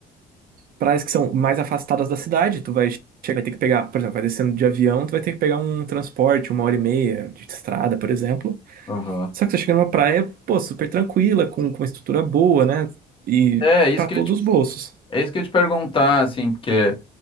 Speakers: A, on the right (about 60°); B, on the left (about 30°).
A: praias que são mais afastadas da cidade, tu vai. Chega, vai ter que pegar, por exemplo, vai descendo de avião, tu vai ter que pegar um transporte, uma hora e meia de estrada, por exemplo.
B: Aham.
A: Só que você chega numa praia, pô, super tranquila, com, com uma estrutura boa, né? E
B: É, isso
A: pra todos
B: que eu ia te
A: os bolsos.
B: É isso que eu ia te perguntar, assim, porque.